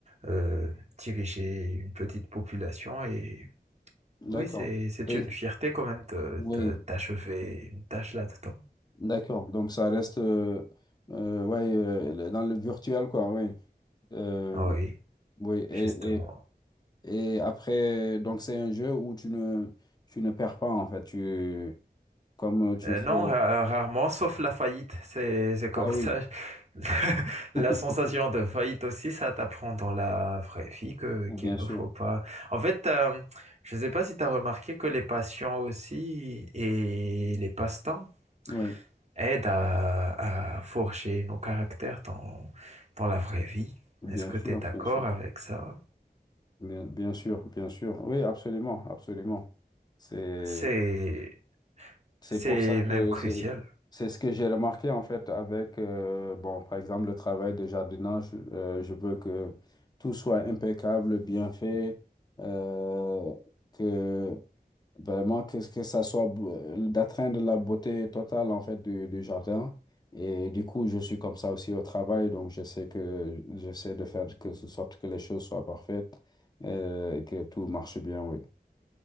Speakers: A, on the right; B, on the left.
A: euh, diriger une petite population et
B: d'accord.
A: oui, c'est, c'est
B: Et
A: une fierté quand même de,
B: oui,
A: de- d'achever une tâche là-dedans.
B: d'accord. Donc ça reste euh, euh, ouais, euh, le- dans le virtuel, quoi, oui. Euh,
A: Ah Oui,
B: oui, et,
A: justement.
B: Et après, donc c'est un jeu où tu ne, tu ne perds pas en fait. Tu, comme tu
A: Euh,
B: fais...
A: non, ra- rarement, sauf la faillite, c'est, c'est comme
B: Ah oui,
A: ça. <laughs> La
B: <laughs>
A: sensation de faillite aussi, ça t'apprend dans la vraie vie que,
B: bien
A: qu'il ne
B: sûr.
A: faut pas. En fait, euh, je ne sais pas si tu as remarqué que les passions aussi et les passe-temps,
B: Oui,
A: aide à, à forger nos caractères dans, dans la vraie vie.
B: bien
A: Est-ce que
B: sûr,
A: tu es d'accord
B: bien sûr.
A: avec ça?
B: Bien, bien sûr, bien sûr. Oui, absolument, absolument. C'est,
A: C'est,
B: c'est
A: c'est
B: pour ça que
A: même crucial.
B: c'est, c'est ce que j'ai remarqué en fait avec, euh, bon, par exemple, le travail de jardinage. euh, je veux que tout soit impeccable, bien fait, euh, que Vraiment, que, que ça soit beau- d'atteindre la beauté totale en fait du, du jardin. Et du coup, je suis comme ça aussi au travail, donc je sais que j'essaie de faire que ce sorte que les choses soient parfaites euh, et que tout marche bien, oui.